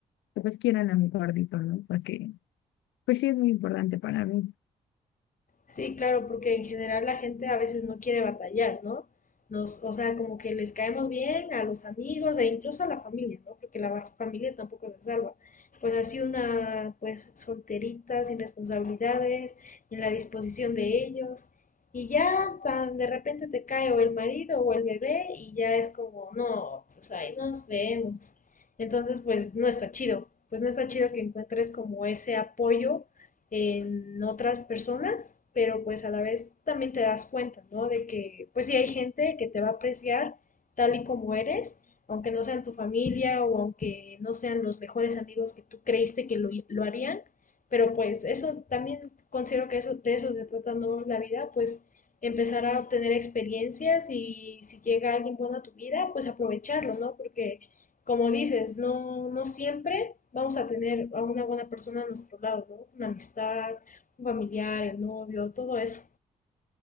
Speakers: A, on the left; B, on the left.
A: que, pues quieran a mi gordito, ¿no? Porque pues sí es muy importante para mí.
B: Sí, claro, porque en general la gente a veces no quiere batallar, ¿no? Nos, o sea, como que les caemos bien a los amigos e incluso a la familia, ¿no? Porque la va- familia tampoco se salva. Pues así una, pues solterita, sin responsabilidades, en la disposición de ellos. Y ya tan de repente te cae o el marido o el bebé y ya es como, no, pues ahí nos vemos. Entonces, pues no está chido. Pues no está chido que encuentres como ese apoyo en otras personas, pero pues a la vez también te das cuenta, ¿no? De que pues sí hay gente que te va a apreciar tal y como eres, aunque no sean tu familia o aunque no sean los mejores amigos que tú creíste que lo, lo harían, pero pues eso también considero que eso, de eso se trata, ¿no? La vida, pues empezar a obtener experiencias y si llega alguien bueno a tu vida, pues aprovecharlo, ¿no? Porque como dices, no, no siempre vamos a tener a una buena persona a nuestro lado, ¿no? Una amistad, un familiar, el novio, todo eso.